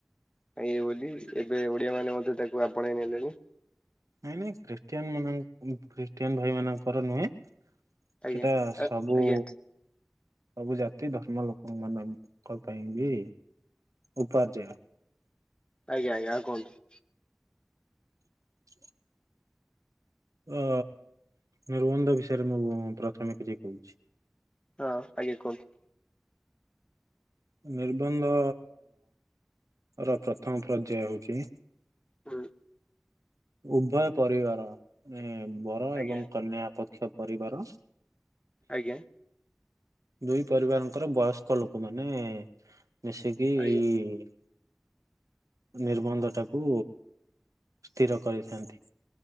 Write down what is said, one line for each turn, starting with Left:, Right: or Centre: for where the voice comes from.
Left: ଏ ବୋଲି, ଏବେ ଓଡିଆ ମାନେ ମଧ୍ୟ ତାକୁ ଆପଣେଇ ନେଲେଣି?
Right: ନାଇଁ, ନାଇଁ ଖ୍ରୀଷ୍ଟିଆନ ମାନ ଖ୍ରୀଷ୍ଟିଆନ ଭାଇ ମାନଙ୍କର ନୁହେଁ
Left: ଆଜ୍ଞା।
Right: ସେଟା ସବୁ
Left: ଆଜ୍ଞା
Right: ସବୁ ଜାତି ଧର୍ମ ଲୋକଙ୍କ ମ ପେଇଁ ବି ଉପାର୍ଜୟ।
Left: ଆଜ୍ଞା ଆଜ୍ଞା କୁହନ୍ତୁ।
Right: ହ <inaudible> ଅ ନିର୍ବନ୍ଧ ବିଷୟରେ, ମୁଁ ପ୍ରଥମେ କିଛି କହୁଛି।
Left: ହଁ, ଆଜ୍ଞା କୁହନ୍ତୁ।
Right: ନିର୍ବନ୍ଧ, ର ପ୍ରଥମ ପର୍ଯ୍ୟାୟ ହଉଚି
Left: ହୁଁ।
Right: ଉଭୟ ପରିବାର, ନୁହେଁ ବର
Left: ଆଜ୍ଞା
Right: ଏବଂ କନ୍ୟା ପକ୍ଷ ପରିବାର
Left: ଆଜ୍ଞା।
Right: ଦୁଇ ପରିବାରଙ୍କର ବୟସ୍କ ଲୋକ ମାନେ ମିଶିକି
Left: ଆଜ୍ଞା।
Right: ଇ ନିର୍ବନ୍ଧ ଟାକୁ ସ୍ଥିର କରିଥାନ୍ତି।